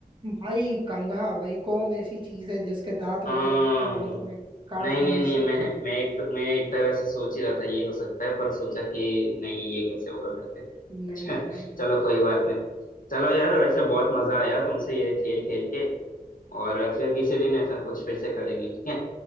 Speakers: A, on the right; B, on the left.
A: भाई कंघा भाई कोम्ब ऐसी चीज है जिसके दांत होते
B: हाँ
A: हैं लेकिन वो तुम्हें काट
B: नहीं
A: नहीं
B: नहीं नहीं
A: सकता
B: मैं मैं एक मैं एक तरह से सोच ही रहा था ये हो सकता है पर सोचा कि नहीं ये कैसे होगा करके
A: नहीं नहीं
B: <laughs>
A: भाई
B: चलो कोई बात नहीं चलो यार वैसे बहुत मजा आया तुमसे ये खेल खेल के और फिर किसी दिन ऐसा कुछ फिर से करेंगे ठीक है